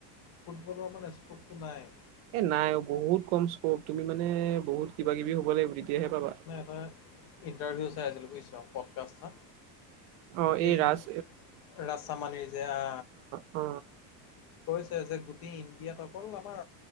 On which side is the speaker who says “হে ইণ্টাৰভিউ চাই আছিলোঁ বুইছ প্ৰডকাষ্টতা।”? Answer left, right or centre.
Left